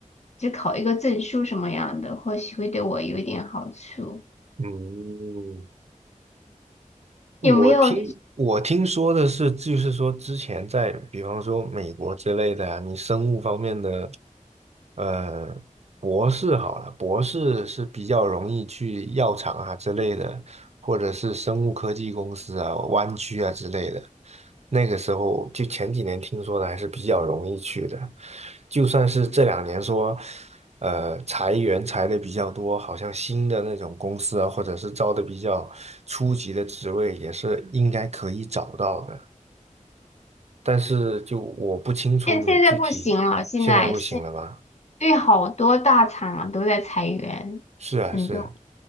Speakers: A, on the left (about 55°); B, on the right (about 55°).
A: 就考一个证书什么样的，或许会对我有一点好处。
B: 嗯，我听我听说的是，
A: 有没有就是
B: 就是说之前在比方说美国之类的呀、你生物方面的，呃，博士好了，博士是比较容易去药厂啊之类的，或者是生物科技公司啊、湾区啊之类的。那个时候就前几年听说的还是比较容易去的，就算是这两年说。呃裁员裁的比较多，好像新的那种公司啊，或者是招的比较初级的职位，也是应该可以找到的。但是就我不清楚你具体现在不行了吗？
A: 现现在不行了？现在现对，好多大厂啊都在裁员，
B: 是啊，
A: 很多
B: 是啊